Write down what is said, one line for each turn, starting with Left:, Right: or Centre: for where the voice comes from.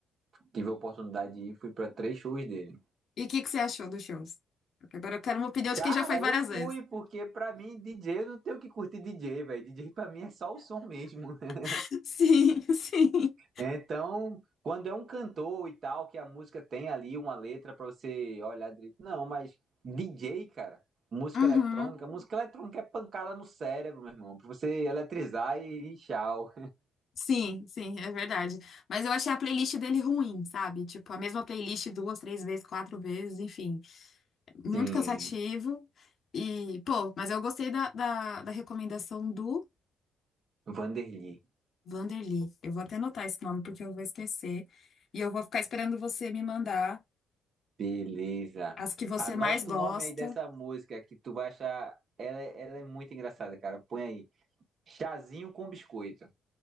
Right: tive a oportunidade de ir, fui para três shows dele.
Left: E o que que você achou dos shows? Porque agora eu quero uma opinião de
Right: Cara,
Left: quem já foi várias
Right: eu fui,
Left: vezes.
Right: porque pra mim, DJ, eu não tenho que curtir DJ, velho. DJ pra mim é só o som mesmo. <laughs>
Left: <laughs> Sim, sim.
Right: Então, quando é um cantor e tal, que a música tem ali uma letra pra você olhar direito. Não, mas DJ, cara, música
Left: Uhum.
Right: eletrônica, música eletrônica é pancada no cérebro, meu irmão. Pra você eletrizar e, e tchau.
Left: Sim, sim, é verdade. Mas eu achei a playlist dele ruim, sabe? Tipo, a mesma playlist duas, três vezes, quatro vezes, enfim. Muito
Right: <laughs> Sim,
Left: cansativo. E, pô, mas eu gostei da, da, da recomendação do
Right: Vanderly.
Left: Vanderly. Eu vou até anotar esse nome porque eu vou esquecer. E eu vou ficar esperando você me mandar
Right: Beleza.
Left: as que você
Right: Anota
Left: mais gosta.
Right: o nome aí dessa música que tu vai achar. Ela, é, ela é muito engraçada, cara. Põe aí. Chazinho com biscoito.